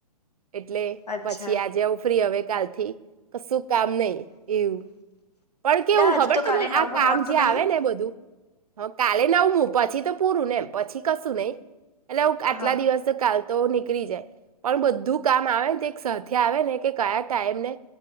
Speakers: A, on the right (about 65°); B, on the left (about 80°).
A: એટલે
B: અચ્છા
A: પછી આજે આવું ફ્રી હવે ગલથી કસુક કામ નહી એવું પણ કેવું
B: ના હજુ
A: ખબર
B: તો
A: તમને
B: કાલે નવમું
A: આ કામ
B: નોરતું
A: જે આવે
B: નહી
A: ને બધું હ. કાલે નવમું પછી તો પૂરું ને એમ પછી કશું નહીિ. એટલે હું આટલા
B: હા
A: દિવસ તો કાલ તો નીકળી જાય પણ બધું કામ આવે ને તો એક સાથેહ આવે ને કે કયા ટાઈમને